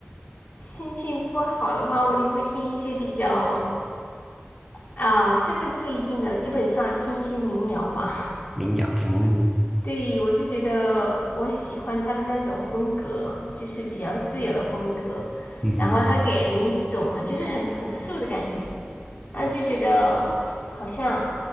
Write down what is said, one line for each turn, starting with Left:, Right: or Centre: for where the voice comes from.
Left: 心情不好的话，我就会听一些比较啊，这个不一定的，基本上听一些民谣吧。
Centre: 民谣哦，
Left: <laughs> 对，我就觉得我喜欢他的那种风格，就是比较自由的风格，
Centre: 嗯哼，
Left: 然后他给人一种就是很朴素的感觉，然后就觉得好像